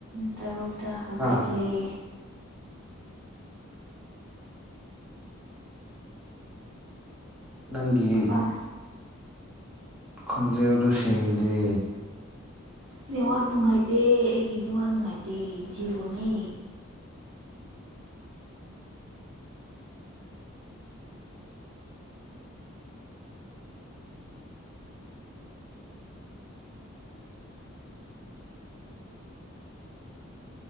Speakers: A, on the right (about 85°); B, in the centre.
A: ꯇꯔꯨꯛ ꯗ ꯍꯧꯒꯠꯂꯤꯦ
B: ꯍꯥ ꯅꯪꯒꯤꯤ
A: ꯃꯄꯥꯟ
B: ꯈꯨꯣꯟꯖꯦꯛꯗ ꯁꯦꯡꯗꯦ
A: ꯅꯦꯠꯋꯥꯛ ꯅꯨꯡꯉꯥꯏꯇꯦ ꯑꯩꯒꯤ ꯅꯦꯠꯋꯥꯛ ꯅꯨꯡꯉꯥꯏꯇꯦ ꯖꯤꯑꯣꯅꯦ